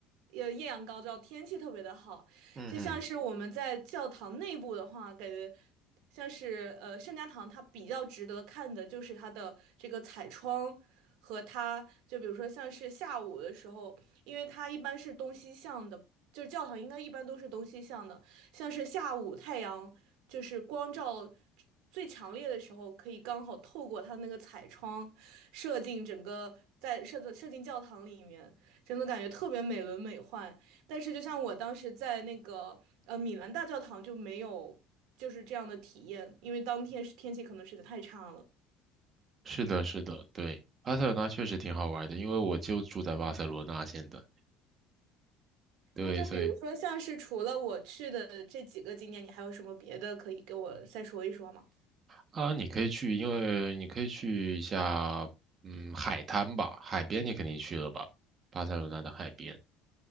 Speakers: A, on the right; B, on the right.
A: 呃艳阳高照，天气特别的好，
B: 嗯哼，
A: 就像是我们在教堂内部的话，感觉像是呃圣家堂，它比较值得看的就是它的这个彩窗。和它就比如说像是下午的时候，因为它一般是东西向的，就是教堂应该一般都是东西向的，像是下午太阳就是光照最强烈的时候，可以刚好透过它那个彩窗射进整个在射的射进教堂里面，真的感觉特别美轮美奂。但是就像我当时在那个呃米兰大教堂就没有就是这样的体验，因为当天是天气可能实在太差了。
B: 是的，是的，对，巴塞罗那确实挺好玩的，因为我就住在巴塞罗那现在。对，
A: 那就比如说，
B: 所以
A: 像是除了我去的这几个景点，你还有什么别的可以给我再说一说吗？
B: 啊，你可以去，因为你可以去一下，嗯，海滩吧，海边你肯定去了吧？巴塞罗那的海边，